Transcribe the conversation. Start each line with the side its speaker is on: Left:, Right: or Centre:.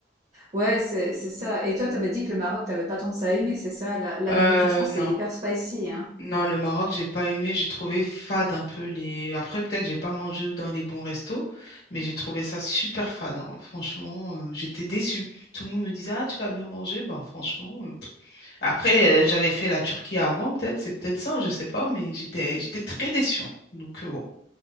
Right: Ouais, c'est, c'est ça. Et toi, t'avais dit que le Maroc, t'avais pas tant que ça aimé, c'est ça, la, la
Left: Euh,
Right: nourriture, je pense,
Left: non.
Right: c'est hyper spicy, hein.
Left: Non, le Maroc, j'ai pas aimé, j'ai trouvé fade un peu les. Après, peut-être j'ai pas mangé dans les bons restos, mais j'ai trouvé ça super fade. hein. Franchement, euh, j'étais déçue. Tout le monde me disait, Ah, tu vas bien manger. Bah franchement. euh. Après, euh, j'avais fait la Turquie avant, peut-être, c'est peut-être ça, je sais pas, mais j'étais j'étais très déçue. hein. Donc euh, bon,